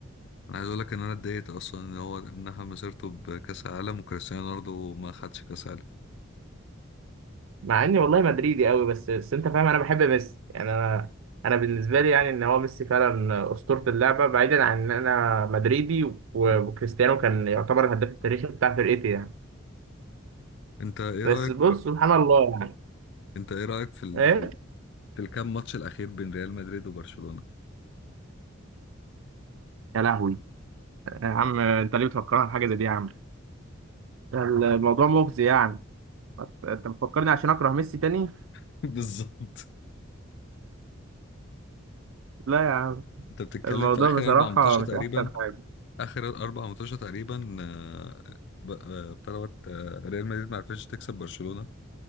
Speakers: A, on the left; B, on the right.
A: انا عايز اقول لك ان انا اتضايقت اصلا ان هو انها مسيرته بكاس عالم وكريستيانو رونالدو ما خدش كاس عالم
B: مع إني والله مدريدي قوي بس بس أنت فاهم أنا بحب ميسي يعني أنا أنا بالنسبة لي يعني إن هو ميسي فعلا أسطورة اللعبة بعيدا عن إن أنا مدريدي و-
A: مم.
B: وكريستيانو كان يعتبر الهداف التاريخي بتاع فرقتي يعني
A: انت ايه
B: بس
A: رايك
B: بص سبحان الله يعني
A: انت ايه رايك في ال...
B: إيه
A: في, ال... في الكام ماتش الاخير بين ريال مدريد وبرشلونه
B: يا لهوي يا عم أنت ليه بتفكرها بحاجة زي دي يا عم الموضوع مغزي يعني انت مفكرني عشان اكره ميسي تاني
A: <laughs> بالظبط
B: لا يا عم
A: انت بتتكلم
B: الموضوع
A: في اخر
B: بصراحة
A: اربع ماتشات
B: مش
A: تقريبا
B: احسن حاجة
A: اخر اربع ماتشات تقريبا آه، ب- آه، بتاع دوت، آه، ريال مدريد ما عرفتش تكسب برشلونه